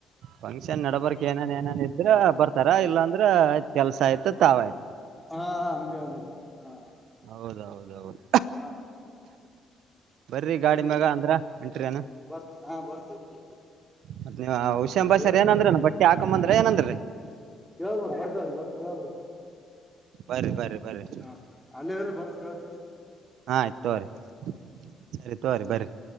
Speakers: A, on the right (about 75°); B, in the centre.
A: ಫಂಕ್ಷನ್ ನಡಬರ್ಕ್ ಏನನ್ ಏನನ್ ಇದ್ರ ಬರ್ತಾರ ಇಲ್ಲಾಂದ್ರ ಆಯ್ತ್ ಕೆಲ್ಸ ಆಯ್ತ ತಾವ ಆಯ್ತ.
B: ಹಾ ಹಂಗೆ ಅದ ನೋಡ್ರಿ ಹಾ
A: ಹೌದ ಹೌದೌದು
B: ಹಾ
A: ಬರಿ ಗಾಡಿ
B: ಹಂಗೆ
A: ಮ್ಯಾಗ ಅಂದ್ರ ಹೊಂಟ್ರಿ ಏನು
B: ಬರ್ತ್ ಹಾ ಬರ್ತೇವ್ರಿ
A: ಮ ನೀ
B: ಹಾ
A: ಹುಷಿಂಬಾಷರ್
B: ಸರಿ ಇಡಮ್ಮ
A: ಏನಂದ್ರ ಬಟ್ಟಿ ಹಾಕಂಬಂದ್ರ ಏನಂದ್ರಿ. ಅ.
B: ಕಾಮ್ರ ಬರ್ ಬಂದು ಕಾಮ್ರ
A: ಬರ್ರಿ ಬರ್ರಿ ಬರ್ರಿ
B: ಹ ಅಲ್ಲಿ ಫರ್ ಕತ
A: ಹಾ ಆಯ್ತು ತೋರಿ ಸರಿ ತೋರಿ ಬನ್್ರರಿ